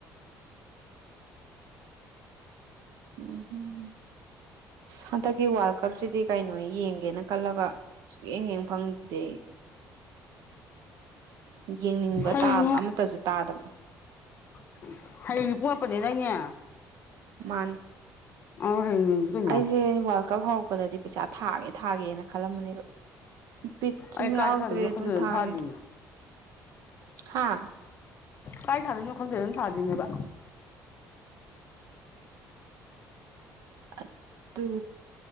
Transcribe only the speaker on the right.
ꯎꯝ ꯑꯁ ꯍꯟꯗꯛꯀꯤ ꯋꯥꯔꯜ ꯀꯞꯁꯤꯗꯤ ꯀꯩꯅꯣ ꯌꯦꯡꯒꯦꯅ ꯈꯜꯂꯒ ꯁꯨꯡꯌꯦꯡ ꯌꯦꯡ ꯐꯪꯗꯦ ꯌꯦꯡꯅꯤꯡꯕ
ꯇꯥꯝ ꯑꯃꯠꯇꯁꯨ ꯇꯥꯗꯕ
ꯃꯥꯅꯤ
ꯑꯩꯁꯦ ꯋꯥꯔꯜ ꯀꯞ ꯍꯧꯔꯛꯄꯗꯗꯤ ꯄꯩꯁꯥ ꯊꯥꯒꯦ ꯊꯥꯒꯦꯅ ꯈꯜꯂꯝꯕꯅꯦꯕ ꯕꯤꯠ ꯁꯨꯝ
ꯌꯥꯎꯔꯛꯇꯔ꯭ꯦ
ꯗꯨꯝ ꯊꯥꯒꯤꯗꯔ꯭ꯦ
ꯍꯥꯥ
ꯑꯗꯨ